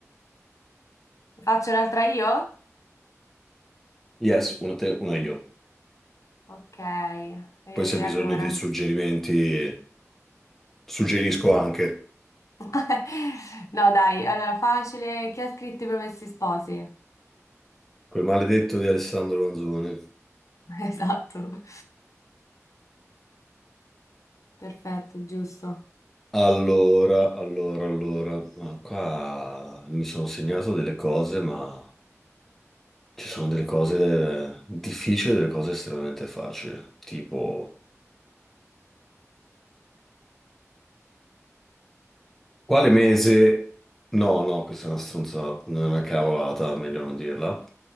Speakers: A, on the left (about 80°); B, in the centre.
A: Faccio un'altra io?
B: Yes, una te, una io.
A: Ok, e
B: Poi se hai bisogno
A: allora.
B: dei suggerimenti, suggerisco anche
A: <laughs> No, dai, allora facile. Chi ha scritto i Promessi Sposi?
B: quel maledetto di Alessandro Manzoni.
A: <laughs> Esatto. Perfetto, giusto.
B: Allora, allora, allora, ma qua mi sono segnato delle cose, ma ci sono delle cose difficili e delle cose estremamente facili. Tipo, quale mese? No, no, questa è una stronzata, non è una cavolata, meglio non dirla.